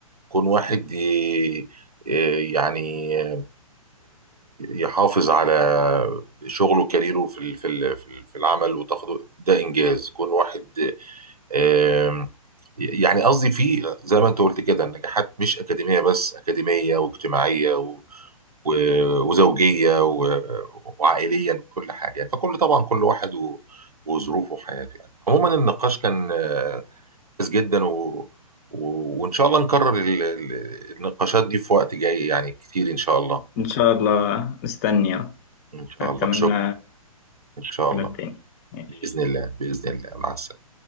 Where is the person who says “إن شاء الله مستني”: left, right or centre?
Left